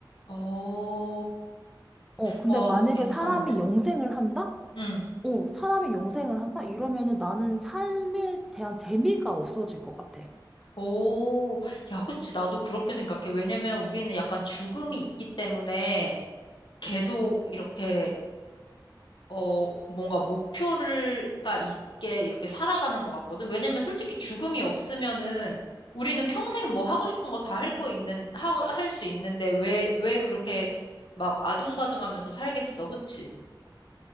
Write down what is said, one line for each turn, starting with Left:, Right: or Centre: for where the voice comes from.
Left: 어,
Centre: 어, 근데
Left: 와,
Centre: 만약에
Left: 괜찮은데?
Centre: 사람이 영생을 한다?
Left: 응.
Centre: 어, 사람이 영생을 한다? 이러면은 나는 삶에 대한 재미가 없어질 것 같아.
Left: 오, 야, 그치. 나도 그렇게 생각해. 왜냐면 우리는 약간 죽음이 있기 때문에 계속 이렇게 어, 뭔가 목표가 있게 이렇게 살아가는 것 같거든. 왜냐면 솔직히 죽음이 없으면은 우리는 평생 뭐 하고 싶은 거 다 할 거 있는, 할 수 있는데 왜, 왜 그렇게 막 아둥바둥하면서 살겠어. 그치?